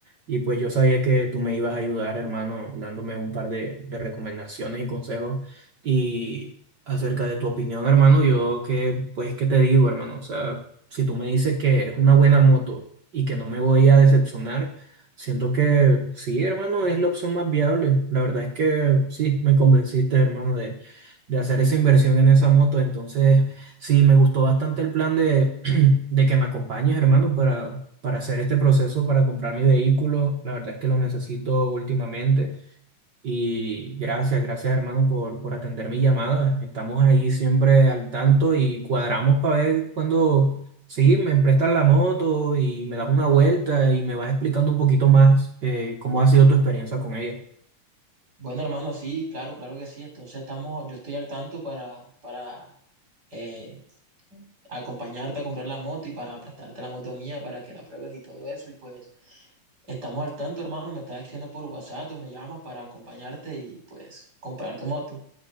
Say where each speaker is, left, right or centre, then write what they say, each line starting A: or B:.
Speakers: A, on the right; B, on the right.
A: y pues yo sabía que tú me ibas a ayudar, hermano, dándome un par de, de recomendaciones y consejos y acerca de tu opinión, hermano, yo que, pues, ¿qué te digo, hermano? O sea, si tú me dices que es una buena moto y que no me voy a decepcionar, siento que sí, hermano, es la opción más viable. La verdad es que sí, me convenciste, hermano, de de hacer esa inversión en esa moto. Entonces, sí, me gustó bastante el plan de, <clears throat> de que me acompañes, hermano, para, para hacer este proceso, para comprar mi vehículo. La verdad es que lo necesito últimamente. Y gracias, gracias, hermano, por, por atender mi llamada. Estamos ahí siempre al tanto y cuadramos para ver cuando sí, me prestas la moto y me das una vuelta y me vas explicando un poquito más eh, cómo ha sido tu experiencia con ella.
B: Bueno, hermano, sí, claro, claro que sí. Entonces estamos, yo estoy al tanto para, para eh, acompañarte a comprar la moto y para prestarte la moto mía para que la pruebes y todo eso. Y pues estamos al tanto, hermano. Me estás escribiendo por WhatsApp o me llamas para acompañarte y pues comprar tu moto.